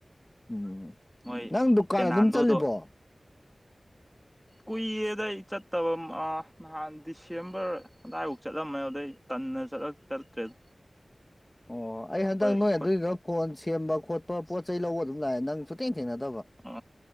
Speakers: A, on the left (about 25°); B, in the centre.
A: ꯎꯝ
B: ꯃꯣꯏ
A: ꯅꯪ ꯗꯨꯀꯥꯟ
B: ꯄꯦꯅꯥꯟꯗꯣꯗꯣ
A: ꯑꯗꯨꯝ ꯆꯠꯂꯤꯕꯣ
B: ꯀꯨꯏ ꯔꯦꯗ ꯑꯩ ꯆꯠꯇꯕꯝ ꯑ ꯅꯍꯥꯟ ꯗꯤꯁꯦꯝꯕꯔ ꯑꯗꯨꯋꯥꯏꯐꯥꯎ ꯆꯠꯂꯝꯃꯦ ꯑꯗꯨꯗꯩ ꯇꯟꯅ ꯆꯠꯂ ꯆꯠꯇ꯭ꯔꯦꯗ
A: ꯑꯣ ꯑꯩ
B: ꯑꯩꯈꯣꯏ
A: ꯍꯟꯗꯛ
B: ꯑꯩꯈꯣꯏ
A: ꯅꯣꯏ ꯑꯗꯨꯏꯗꯨꯒ ꯐꯣꯟ ꯁꯦꯝꯕ ꯈꯣꯠꯄ ꯄꯣꯠ ꯆꯩ ꯂꯧꯕ ꯑꯗꯨꯝ ꯂꯥꯛꯑꯦ ꯅꯪꯁꯨ ꯊꯦꯡ ꯊꯦꯡꯅꯗꯕ
B: ꯑ